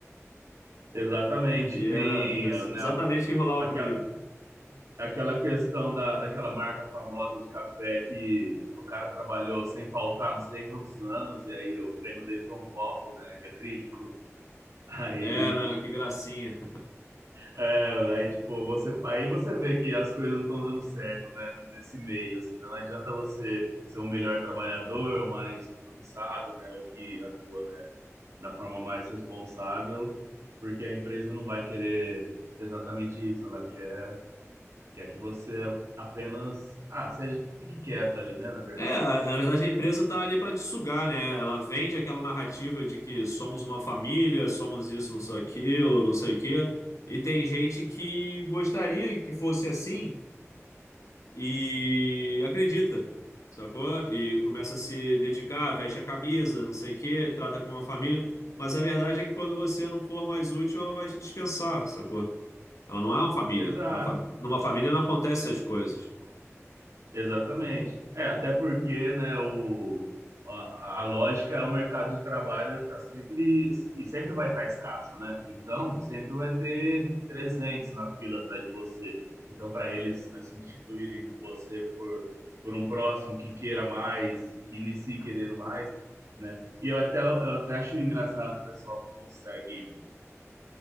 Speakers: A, on the right; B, on the left.
A: Exatamente,
B: E
A: tem,
B: era ex-
A: ah, né,
B: exatamente o que rolava
A: aquela,
B: comigo.
A: aquela questão da, daquela marca famosa de café que o cara trabalhou sem faltar não sei quantos anos, e aí o prêmio dele foi um copo, né, de acrílico. Aí
B: Era, que gracinha.
A: É, aí, tipo, você, aí você vê que as coisas não estão dando certo, né, nesse meio, assim, né? não adianta você ser um melhor trabalhador, o mais compromissado, né, o que atua, né, da forma mais responsável, porque a empresa não vai querer exatamente isso, ela quer, quer que você apenas, ah, seja, fique quieto ali, né, na verdade.
B: É, a- a- na verdade a empresa tá ali para te sugar, né? Ela vende aquela narrativa de que somos uma família, somos isso, não sei aquilo, não sei o quê. E tem gente que gostaria que fosse assim e acredita, sacou? E começa a se dedicar, veste a camisa, não sei o quê, trata como uma família. Mas a verdade é que quando você não for mais útil, ela vai te dispensar, sacou? Ela não é uma família.
A: Exato.
B: Na fa- Numa família não acontecem as coisas.
A: Exatamente. É, até porque, né, o, a, a lógica é o mercado de trabalho está sempre e sempre vai estar escasso, né? Então, sempre vai ter 300 na fila atrás de você. Então, para eles, né, substituírem você por, por um próximo que queira mais, que inicie querendo mais, né? E eu até, eu até acho engraçado o pessoal que consegue